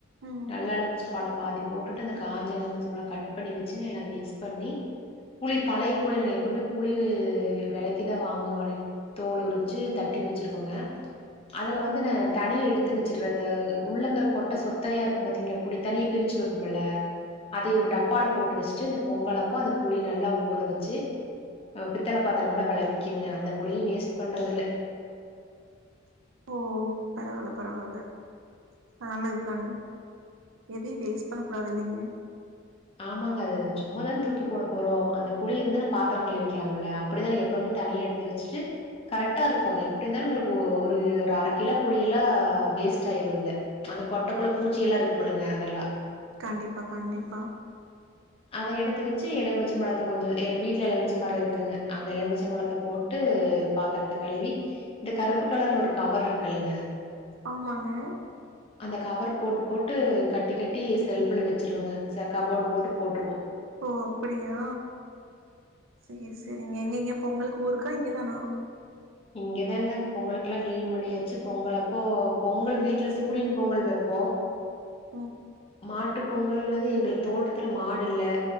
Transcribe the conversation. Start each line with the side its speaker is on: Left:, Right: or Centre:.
Right: ம்
Left: நல்ல எலுமிச்சப் பழ பாதி போட்டுட்டு அந்த காஞ்ச எலுமிச்சப் பழோ கட் பண்ணி வெச்சுன்னு எல்லா மிக்ஸ் பண்ணி புளி பழைய புளி நா எப்பவுமே புளி வெலக்கி தா வாங்குவோ வடைக் தோல உரிச்சு தட்டி வச்சிருவோங்க அதுல வந்து நா தனிய எடுத்து வச்சருவே அந்த உள்ளக்கற கொட்ட சொத்தையா இருக்கும் பாத்தீங்களா புளி தனி பிரிச்சு வெப் பம்மல்ல அதே ஒரு டப்பால போட்டு வச்சுட்டு இந்த பொங்கலப்போ அந்த புளி நல்லா ஊற வச்சு அ பித்தள பாத்தரோல்லா வெளக்கீங்க அந்த புளியு வேஸ்ட் பண்றதுல்ல
Right: ஓ பரவால்ல பரவால்ல நல்லதுதாங்க எதையும் வேஸ்ட் பண்ணக்கூடாதில்லைங்க
Left: ஆமாங்க அது சும்மாதான தூக்கி போட போறோ அந்த புளி
Right: ம்
Left: இருந்தா பாத்தரோ கழிவிக்கலாமுல்ல அப்டிதா எப்பவுமே தனியா எடுத்து வச்சுட்டு கரெக்டாருக்கு எப்படி இருந்தாலு உங்களுக்கு ஒரு ஒரு அரை கிலோ புளியெலா வேஸ்ட்டாயிடுல்ல அந்த கொட்டக்குள்ள பூச்சியெல்லா இருக்கும்முல்லங்க அதெல்லா
Right: கண்டிப்பா கண்டிப்பா
Left: அத எடுத்து வச்சு எலுமிச்சப் பழத்த கொஞ்சோ ஏங்க வீட்ல எலுமிச்ச மரோ இருக்குங்க அந்த எலுமிச்ச பழத்த போட்டு பாத்தறது கழுவி இந்த கருப்பு கலர்ல ஒரு கவர் இருக்குளுங்க
Right: ஆமாங்க
Left: அந்த கவர போட்டு போட்டு கட்டி கட்டி செல்ஃப்ல வெச்சிருவங்க ச கபோர்ட்டு போட்டு போட்ருவோ
Right: ஓ அப்பிடியா சேரி சேரிங்க எங்கே இங்க பொங்களுக்கு ஊருக்கா இங்க தானா
Left: இங்கதாங்க பொங்குக்கெல்லா கிளீன் பண்ணியாச்சு பொங்கல் அப்போ பொங்கல் வீட்ல சூரியன் பொங்கல் வெப்போ
Right: <inaudible>
Left: மாட்டு பொங்கல்னது எங்களுக்கு தோட்டத்துல மாடுல்ல